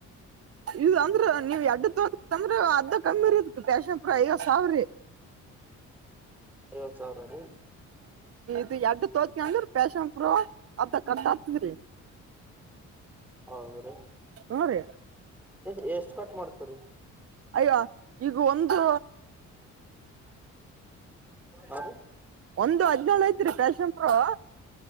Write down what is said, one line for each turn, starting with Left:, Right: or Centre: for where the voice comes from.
Right: ಇದು ಅಂದ್ರ ನೀವ್ ಎಡ್ ತೊಂದ್ರ ಅದ ಕಮ್ಮಿ ಇರದ ಪ್ಯಾಷನ್ಪ್ರ ಈಗ ಐವತ್ತು ಸಾವಿ್ರಿ
Centre: ಐವತ್ ಸಾವಿರ ರೀ
Right: ಇ ಎಡ್ಡು ತೋತ್ಕ ಅಂದ್ರ ಪೇಶನ್ಪ ಅಥ ಕಟ್ ಆಕ್ತದ್ರಿ
Centre: ಹೌದ
Right: ಹೊ ರ
Centre: ಎಷ್ಟ ಎಷ್ಟು ಕಟ್ ಮಾಡ್ತರಿೀ
Right: ಅಯ್ಯ ಈಗ ಒಂದು
Centre: ಹಾ ರೀ
Right: ಒಂದು ಹದ್ನೇಳು ಐತ್ರಿ ಪ್ಯಾಶಂಪರು